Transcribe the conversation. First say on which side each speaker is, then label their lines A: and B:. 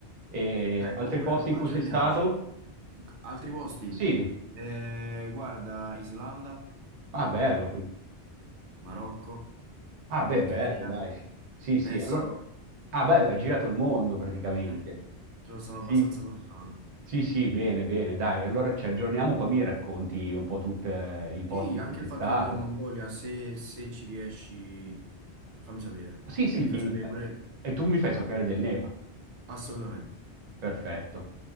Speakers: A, on the right; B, on the right.
A: E
B: Dai, comunque
A: altri posti in
B: aggiorniamoci.
A: cui sei stato?
B: Altri posti?
A: Sì.
B: Eh, guarda, Islanda,
A: Ah, bello. qui-
B: Marocco,
A: Ah, beh, bello,
B: Kenya,
A: dai. Sì, sì. sì,
B: Messico.
A: Allora... Ah, beh, hai girato il mondo praticamente.
B: Eh, sono stato
A: Sì.
B: abbastanza fortunato.
A: Sì, sì, bene, bene, dai. Allora ci aggiorniamo, poi mi racconti un po' tutti i posti
B: Sì,
A: in
B: anche
A: cui sei
B: il fatto
A: stato.
B: della Mongolia, se, se ci riesci, fammi sapere.
A: Sì, sì,
B: E mi
A: ti...
B: fai sapere pure
A: e tu mi fai
B: com'è.
A: sapere del Nepal.
B: Assolutamente.
A: Perfetto.